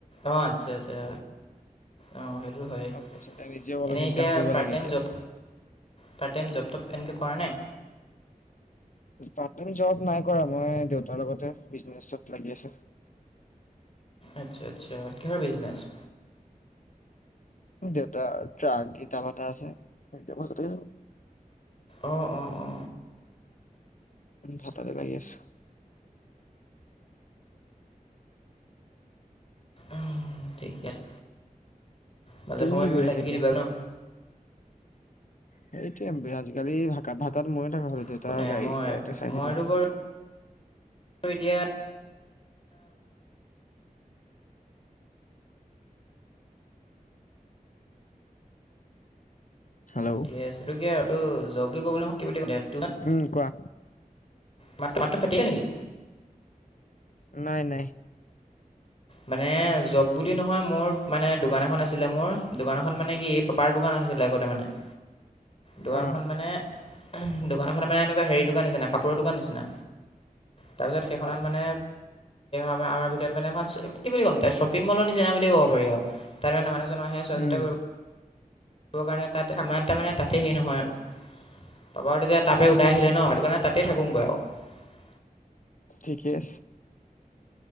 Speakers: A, on the left; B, on the left.
A: অ আচ্ছা আচ্ছা অ সেইটো হয়।
B: গম পাইছা তাই নিজেও অলপ
A: এনেই এতিয়া
B: ইনকাম কৰিব
A: পাৰ্ট
B: লাগে
A: টাইম
B: এতিয়া।
A: জব, পাৰ্ট টাইম জব টোব সেনেকৈ কৰা নাই?
B: পাৰত টাইম জব নাই কৰা মই দেউতাৰ লগতে বিজনেচত লাগি আছো।
A: আটচ্চা। আটচ্চাঁ। কিহৰ বিজনেচ?
B: দেউতাৰ ট্ৰাক ইটাভাটা আছে।
A: অ অ অ
B: ভাতাতে লাগি আছো।
A: উম। থিকে আছে। মাজে
B: তুমি
A: সময়ে
B: কি
A: তুমিও
B: কৰি
A: লাগি
B: আছা এতিয়া?
A: দিবা ন
B: সেইটো বে আজিকালি ভাত ভাতাত ময়ে থাকা হল দেউতা
A: একো নাই
B: গাডী
A: মই
B: ঘোৰা চাই
A: মইতো
B: থাকে আৰু।
A: বাৰু এতিয়া
B: হেল্ল'
A: ঠিকে আছে ত কিয় আৰু যব বুলি ক'বলৈ <unintelligible>
B: উম কোৱা
A: মাটো ফাটিচে নেকি?
B: নাই। নাই।
A: মানে জব বুলি নহয়, মোৰ মানে দোকান এখন আছিলে মোৰ দোকানখন মানে কি পাৰ দোকান আছিলে আগতে মানে। দোকানখন
B: অ
A: মানে দোকানখন মানে এনেকুৱা হেৰিৰ দোকান নিচিনা, কাপোৰৰ দোকান নিচিনা। তাৰপিছত সেইখনত
B: অ
A: মানে আমাৰ আমাৰ ভিতৰত মানে এখন কি বুলি ক'ম শ্বপিং মলৰ নিচিনা বুলি ক'ব পাৰি আৰু তাত মানে মান হেনো চোৱা
B: উম
A: চিতা কৰিব দিবৰ কাৰণে তাত সমান তা মানে তাতে সেইৰি নহয় আৰু। তাৰ পাৰা তেতিয়া তাপে ওলাই
B: আচ্ছা
A: আহিলে ন সেই কাৰণে তাতে থাকোঁগৈ আৰু <unintelligible>
B: ঠিকেই আছে।